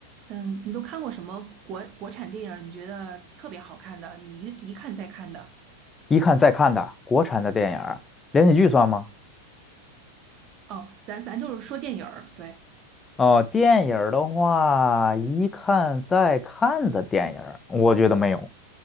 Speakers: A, on the right (about 35°); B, on the left (about 15°).
A: 嗯，你都看过什么国国产电影儿你觉得特别好看的，你一一看再看的？
B: 一看再看的国产的电影儿，连续剧算吗？
A: 哦，咱咱就是说电影儿对，
B: 哦，电影儿的话，一看再看的电影儿，我觉得没有，